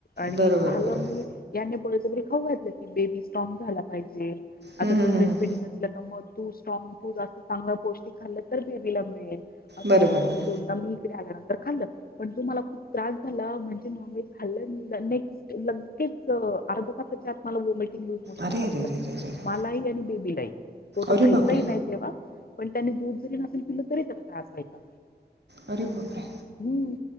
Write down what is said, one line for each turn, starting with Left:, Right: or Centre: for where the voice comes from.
Left: आणि
Right: बरोबर
Left: झालं
Right: बरोबर
Left: म या पच बरी खाऊ घातलं की बेबी स्ट्रॉग झाला पाहिजे आता
Right: हं, हं,
Left: तू
Right: हं,
Left: ब्रेस्ट
Right: हं.
Left: फिडिंग असलं का मग तू स्ट्रॉंग तू असं चांगलं पौष्टिक खाल्लं तर बेबीला मिळेल असं
Right: बरं
Left: म्हणून
Right: बरं
Left: या
Right: बरं
Left: दोनदा मी इकडे आल्यानंतर खाल्ल पण तो मला खूप त्रास झाला म्हणजे नॉन व्हेज खाल्लं नेक्स्ट लगेच अ अर्ध्या तासाच्या आत मला ओमिट लूस मोशन
Right: अरे
Left: चालू
Right: अरे
Left: झाले
Right: अरे अरे अरे अरे
Left: मलाही आणि बेबीलाही तो तर
Right: अरे
Left: खायचाही
Right: बापरे
Left: नाही तेव्हा पण त्याने दूध जरी नसेल पिल तरी त्याला त्रास व्हायचा.
Right: अरे बापरे.
Left: हम्म